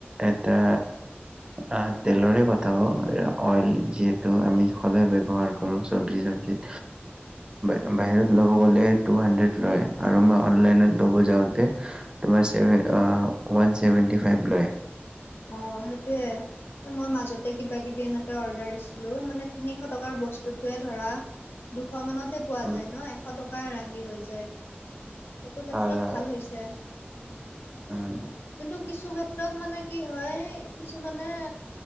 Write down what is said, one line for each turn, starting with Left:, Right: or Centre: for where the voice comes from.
Right: এটা আঁ, তেলৰে কথা কওঁ অ-অইল যিহেতু আমি সদায় ব্যৱহাৰ কৰোঁ চবজি-টবজিত বাহিৰত
Left: উম,
Right: ল'ব গ'লে টু হান্দ্ৰেদ লয় আৰু মই অনলাইনত ল'ব যাওঁ তে তোমাৰ ছেভে আঁ ৱান ছেভেণ্টি ফাইভ লয়।
Left: অঁ, সেইটোৱে। মই মাজতে কিবা-কিবি এনেকে অৰ্ডাৰ দিছিলো। মানে, তিনিশ টকাৰ বস্তুটোৱে ধৰা দুশ মানতে পোৱা
Right: উম,
Left: যায় ন? এশ টকা ৰাহি হৈ যায়। সেইটো ক্ষেত্ৰত
Right: হয় হয়
Left: ভাল হৈছে। উম,
Right: উম।
Left: কিন্তু কিছু ক্ষেত্ৰত মানে কি হয়, কিছুমানে